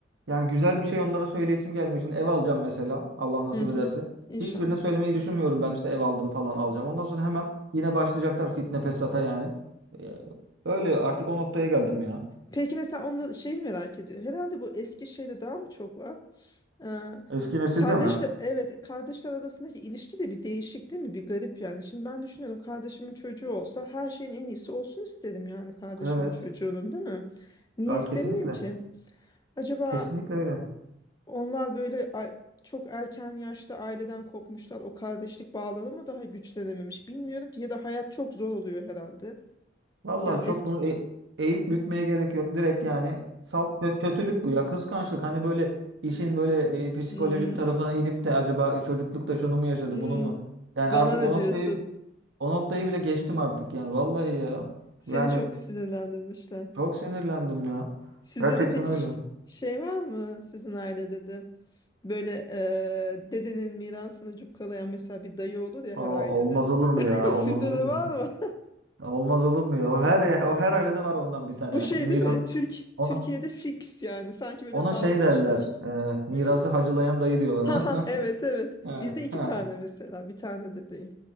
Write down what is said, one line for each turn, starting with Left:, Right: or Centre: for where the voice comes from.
Right: yani güzel bir şey onlara söyleyesim gelmiyor. Şimdi ev alacağım mesela Allah nasip
Left: hı hı.
Right: ederse.
Left: İnşallah.
Right: Hiçbirine söylemeyi düşünmüyorum ben işte ev aldım falan alacağım. Ondan sonra hemen yine başlayacaklar fitne fesata yani. Ee, Öyle artık o noktaya geldim ya.
Left: Peki mesela onu şey merak ediyor. Herhalde bu eski şeyde daha mı çok var? Ee,
Right: Eski nesilde
Left: Kardeşler
Right: mi?
Left: evet kardeşler arasındaki ilişki de bir değişik değil mi? Bir garip yani. Şimdi ben düşünüyorum kardeşimin çocuğu olsa her şeyin en iyisi olsun isterim yani kardeşimin
Right: Evet.
Left: çocuğunun değil mi? Niye
Right: Aa,
Left: istemeyeyim
Right: kesinlikle.
Left: ki? Acaba
Right: Kesinlikle öyle.
Left: onlar böyle a- çok erken yaşta aileden kopmuşlar. O kardeşlik bağları mı daha güçlenememiş bilmiyorum ki ya da hayat çok zor oluyor herhalde.
Right: Vallahi
Left: Yani
Right: çok
Left: eski
Right: bunu e- eğip bükmeye gerek yok. Direkt yani salt kö- kötülük bu ya. Kıskançlık. Hani böyle işin böyle e, psikolojik
Left: Hmm,
Right: tarafına inip de acaba çocuklukta şunu mu yaşadı,
Left: hmm.
Right: bunu mu? Yani
Left: Bana
Right: artık
Left: ne
Right: o noktayı
Left: diyorsun?
Right: O noktayı bile geçtim artık yani vallahi ya.
Left: Seni
Right: Yani
Left: çok sinirlendirmişler.
Right: çok sinirlendim ya.
Left: Sizde
Right: Gerçekten
Left: de peki
Right: öyle.
Left: ş- şey var mı sizin ailede de böyle e, dedenin mirasını cukkalayan mesela bir dayı olur ya
Right: Aa,
Left: her ailede.
Right: olmaz olur mu
Left: <laughs>
Right: ya?
Left: Sizde
Right: Olmaz olur
Left: de
Right: mu?
Left: var
Right: <laughs>
Left: mı?
Right: Olmaz olur mu ya? O her o her ailede var ondan
Left: <laughs>
Right: bir tane.
Left: Bu şey
Right: Miras
Left: değil mi? Türk
Right: ona
Left: Türkiye'de fix yani sanki böyle
Right: ona
Left: dağıtmışlar.
Right: şey derler.
Left: <laughs>
Right: e,
Left: Ne?
Right: mirası hacılayan dayı diyorlar
Left: Ha
Right: ona.
Left: ha
Right: <laughs>
Left: evet evet.
Right: Yani
Left: Bizde iki
Right: ha,
Left: tane mesela bir tane de değil.